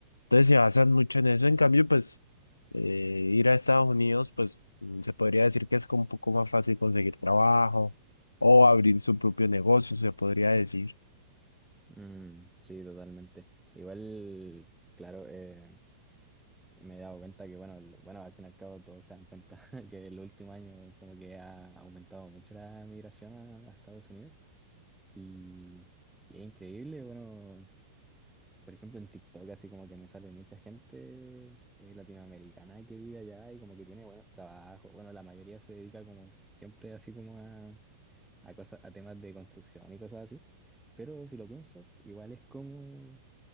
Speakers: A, on the left (about 80°); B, in the centre.
A: Entonces se basan mucho en eso. En cambio, pues eh, ir a Estados Unidos, pues mm, se podría decir que es como un poco más fácil conseguir trabajo o abrir su propio negocio, se podría decir.
B: Mm, sí, totalmente. Igual, claro, eh, me he dado cuenta que, bueno, lo- bueno, al fin y al cabo todos se dan cuenta <laughs> que el último año como que ha aumentado mucho la migración a, a Estados Unidos y, y es increíble, bueno, por ejemplo en TikTok así como que me sale mucha gente eh, latinoamericana que vive allá y como que tiene buenos trabajos. Bueno, la mayoría se dedica como siempre así como a, a cosas, a temas de construcción y cosas así. Pero si lo piensas, igual es como